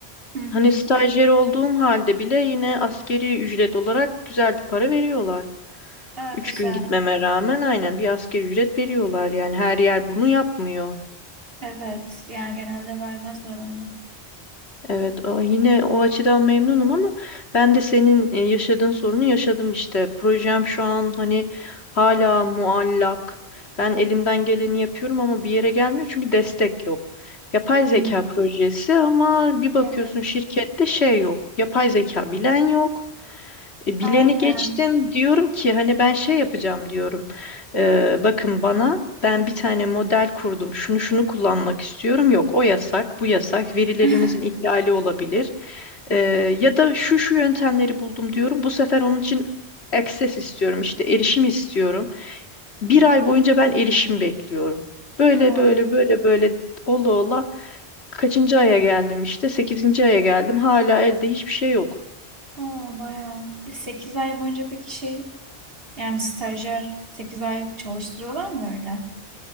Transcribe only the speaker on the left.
hani stajyer olduğum halde bile yine askeri ücret olarak güzel bir para veriyorlar.
Üç gün gitmeme rağmen aynen bir asgari ücret veriyorlar yani her yer bunu yapmıyor.
Evet, o- yine o açıdan memnunum ama ben de senin e, yaşadığın sorunu yaşadım işte. Projem şu an hani hala muallak. Ben elimden geleni yapıyorum ama bir yere gelmiyor çünkü destek yok. Yapay
zeka projesi ama bir bakıyorsun
şirkette şey yok. Yapay zeka bilen yok. E, Bileni
geçtim diyorum ki hani ben şey yapacağım diyorum. E, bakın bana ben bir tane model kurdum. Şunu şunu kullanmak istiyorum. Yok o yasak, bu yasak. Verilerimizin
ihlali olabilir. E, ya da şu şu yöntemleri buldum diyorum. Bu sefer onun için access istiyorum. işte erişim istiyorum. Bir ay boyunca ben erişim bekliyorum. Böyle
böyle böyle böyle ola ola kaçıncı aya geldim işte sekizinci aya geldim. Hala elde hiçbir şey yok.